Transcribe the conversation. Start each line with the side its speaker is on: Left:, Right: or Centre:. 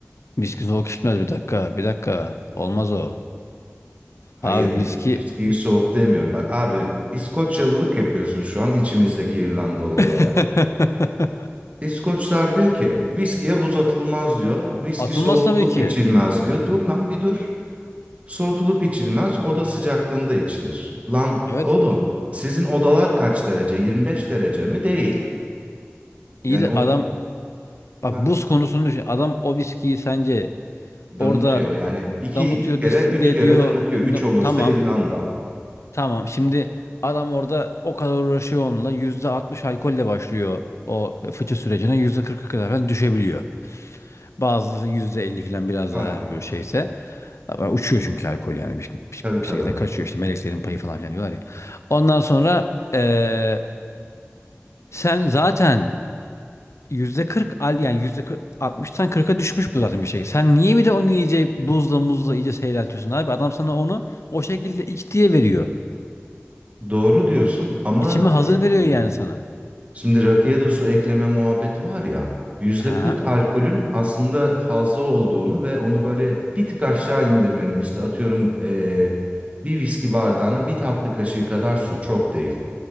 Left: Viski soğuk içmez bir dakika. Bir dakika. Olmaz o.
Right: Hayır,
Left: Abi viski
Right: viskiyi soğuk demiyorum. Bak abi İskoçyalılık yapıyorsun şu an içimizdeki İrlandalı olarak.
Left: <laughs>
Right: İskoçlar diyor ki viskiye buz atılmaz diyor. Viski
Left: atılmaz
Right: soğutulup
Left: tabii ki.
Right: içilmez diyor. Dur lan bir dur. Soğutulup içilmez oda sıcaklığında içilir. Lan
Left: Evet.
Right: oğlum sizin odalar kaç derece? 25 derece mi? Değil.
Left: İyi
Right: Yani
Left: de
Right: onu
Left: adam bak
Right: ha,
Left: buz konusunu düşün. Adam o viskiyi sence
Right: damıtıyor.
Left: orada
Right: Yani iki
Left: damıtıyor,
Right: kere
Left: distille
Right: üç
Left: ediyor
Right: kere damıtıyor.
Left: bilmem.
Right: Üç olursa
Left: Tamam.
Right: İrlanda.
Left: Tamam şimdi adam orada o kadar uğraşıyor onunla. %60 alkolle başlıyor o e, fıçı sürecine. %40'a kadar falan düşebiliyor. Bazıları elli falan biraz
Right: Aha
Left: daha eğer böyle şeyse. Ama Uçuyor çünkü alkol yani bir, bir-
Right: tabii tabii.
Left: bir şekilde kaçıyor işte meleklerin payı falan filan diyorlar ya. Ondan sonra eee, sen zaten %40 al yani yüzde altmıştan kırk'a düşmüş bu zaten bir şey. Sen niye bir de onu iyice buzla muzla iyice seyreltiyorsun abi? Adam sana onu o şekilde iç diye veriyor.
Right: Doğru diyorsun ama
Left: İçimi hazır veriyor
Right: e,
Left: yani sana.
Right: Şimdi rakıya da su ekleme muhabbeti var ya. yüzde
Left: Ha,
Right: kırk alkolün aslında fazla olduğunu ve onu böyle bir tık aşağı indirmenin işte atıyorum eee, bir viski bardağına bir tatlı kaşığı kadar su çok değil.